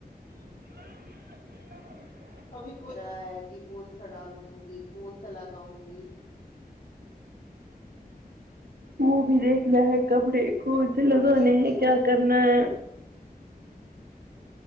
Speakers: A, on the right (about 75°); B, on the left (about 65°).
A: <inaudible>
B: ابھی کھولا ہے کہ کون سا ڈالوں گی کون سا لگاؤں گی
A: وہ بھی دیکھنا ہے کپڑے کو سے لگانے
B: اب دیکھتی
A: ہیں
B: ہوں
A: کیا کرنا ہے